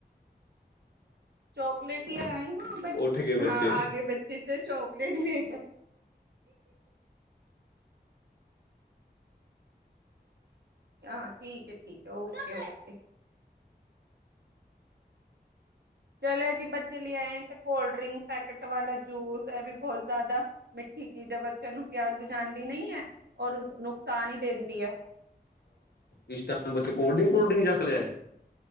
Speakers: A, on the right (about 75°); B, on the left (about 70°).
A: ਚੋਕਲੇਟ ਲੈ ਆਈ ਵਾਪਸ?
B: ਉੱਠ ਗਏ
A: ਹਾਂ
B: ਬੱਚੇ।
A: ਆ ਗਏ ਬੱਚੇ ਤੇ ਚੋਕਲੇਟ ਵੇਖ ਹਾਂ, ਠੀਕ ਹੈ, ਠੀਕ ਹੈ, ਓਕੇ ਓਕੇ ਚਲ ਜੀ, ਬੱਚੇ ਲੇ ਆਏ, ਤੇ ਕੋਲਡ ਡਰਿੰਕ ਪੈਕੇਟ ਵਾਲਾ ਜੂਸ, ਹੈ ਵੀ ਬਹੁਤ ਜ਼ਿਆਦਾ ਮਿੱਠੀ ਚੀਜ਼ ਹੈ, ਬੱਚਿਆਂ ਨੂੰ ਪਿਆਸ ਵਜਾਉਦੀ ਨਹੀਂ ਹੈ, ਔਰ ਨੁਕਸਾਨ ਹੀ ਦਿੰਦੀ ਹੈ
B: ਇਸ ਟਾਈਮ ਬੱਚੇ ਕੋਲਡ ਡਿੰਕ, ਕੋਲਡ ਡਿੰਕ ਚੱਕ ਲੇ ਆਏ।